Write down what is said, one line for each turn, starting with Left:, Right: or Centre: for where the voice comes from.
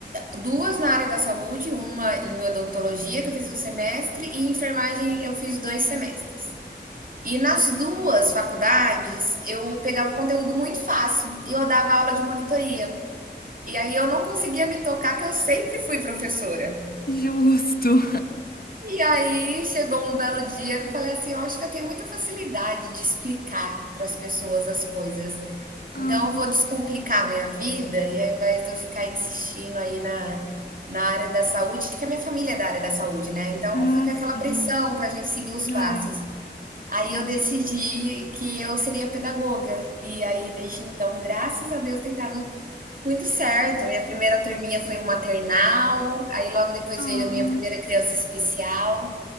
Right: duas na área da saúde, uma em odontologia, que eu fiz um semestre, e em enfermagem eu fiz dois semestres. E nas duas faculdades eu pegava conteúdo muito fácil e eu dava aula de monitoria. E aí eu não conseguia me tocar que eu sempre fui professora.
Left: Justo.
Right: E aí chegou um belo dia que eu falei assim: eu acho que eu tenho muita facilidade de explicar para as pessoas as coisas.
Left: Aham.
Right: Então eu vou descomplicar a minha vida e ao invés de eu ficar insistindo aí na, na área da saúde, porque a minha família é da área da saúde, né? Então
Left: Ah,
Right: fica
Left: sim.
Right: aquela pressão para a gente seguir os
Left: É,
Right: passos. Aí
Left: é.
Right: eu decidi que eu seria pedagoga. E aí, desde então, graças a Deus, tem dado muito certo. Minha primeira turminha foi um maternal, aí logo depois
Left: Ah.
Right: veio a minha primeira criança especial.